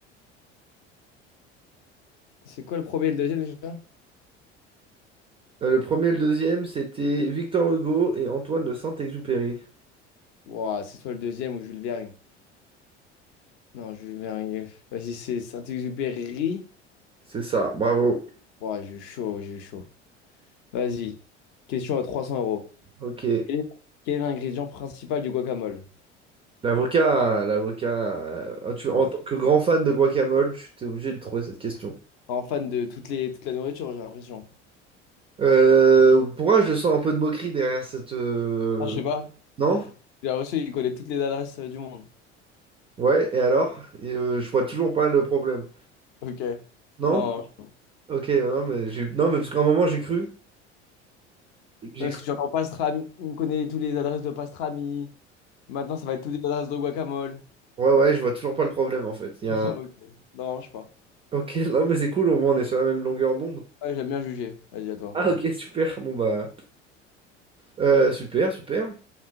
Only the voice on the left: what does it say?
C'est quoi le premier et le deuxième déjà?
Ouah, c'est soit le deuxième ou Jules Vergne. Non, Jules Vergne. Vas-y, c'est Saint-Exupéry.
Ouah, j'ai eu chaud, j'ai eu chaud. Vas-y. Question à 300 euros.
Quel est quel est l'ingrédient principal du guacamole?
Bon.
En fan de toutes les, toute la nourriture, j'ai l'impression.
Ah, je sais pas.
J'ai l'impression qu'il connaît toutes les adresses euh, du monde.
Ok.
Non. Non,
parce
que j'entends pastrami. Il me connaît toutes les adresses de pastrami. Maintenant, ça va être toutes les adresses de guacamole.
<laughs>
Ok.
Non, je sais pas.
Ouais, j'aime bien juger. Vas-y, à toi.